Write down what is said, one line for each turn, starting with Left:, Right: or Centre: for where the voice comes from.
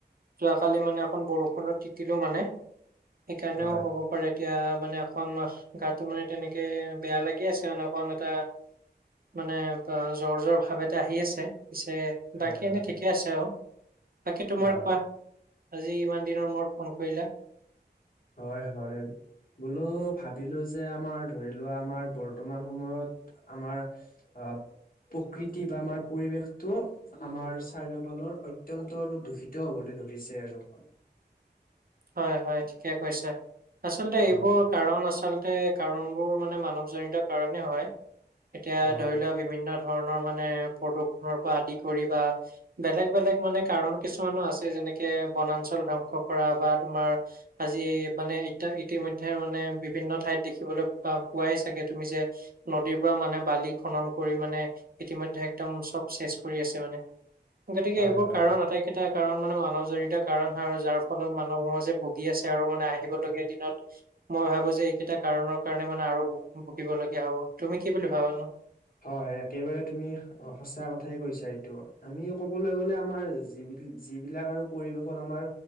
Right: যোৱাকালি মানে অকমান বৰষুণত তিতিলো মানে সেইকাৰণেও
Left: হয়
Right: হ'ব এতিয়া মানে অকন গাটো মানে তেনেকৈ বেয়া লাগি আছে অকণ অন এটা মানে জ্বৰ জ্বৰ ভাৱ এটা আহি আছে পিছে
Left: হয়
Right: বাকী এনে
Left: হয়
Right: ঠিকে আছে আৰু বাকী তোমাৰ
Left: হয়
Right: কোৱা আজি ইমান দিনৰ মোৰত ফোন কৰিলা।
Left: হয়, হয়। বোলো ভাবিলোঁ যে আমাৰ ধৰি লোৱা আমাৰ বৰ্তমান সময়ত আমাৰ আহ প্ৰকৃতি বা আমাৰ পৰিৱেশটো আমাৰ চাৰিওফালৰ অত্যন্ত আৰু দূষিত হবলৈ ধৰিছে আৰু।
Right: হয়, হয় ঠিকে কৈছে আচলতে
Left: হয়
Right: এইবোৰ কাৰণ আচলতে কাৰণবোৰ মানে মানৱজনিত কাৰণে হয় এতিয়া
Left: হয়
Right: ধৰি লোৱা বিভিন্ন ধৰণৰ মানে প্ৰদূষনৰৰ পৰা আদি কৰি বা বেলেগ, বেলেগ মানে কাৰণ কিছুমানো আছে যেনেকে বনাঞ্চল ধ্বংস কৰা বা তোমাৰ আজি মানে ই ইতিমধ্যে মানে বিভিন্ন ঠাইত দেখিবলৈ প পোৱাই চাগে তুমি যে নদীৰ পৰা মানে বালি খনন কৰি মানে ইতিমধ্যে একদম চব চেচ কৰি আছে মানে গতিকে
Left: হয়
Right: এইবোৰ
Left: হয়
Right: কাৰণ আটাইকেইটা কাৰণ মানে মানৱজনিত কাৰণ হয় আৰু যাৰ ফলত মানৱ সমাজে ভুগি আছে আৰু মানে আহিবলগীয়া দিনত মই ভাবো যে এইকেইটা কাৰনৰ কাৰণে মানে আৰু ভুগিব লগীয়া হব তুমি কি বুলি ভাবানো?
Left: হয়-হয় একেবাৰে তুমি অ, সঁচা কথাই কৈছা এইটো আমি কবলৈ গলে আমাৰ যিবিল যিবিলাক আৰু পৰিৱেশত আমাৰ,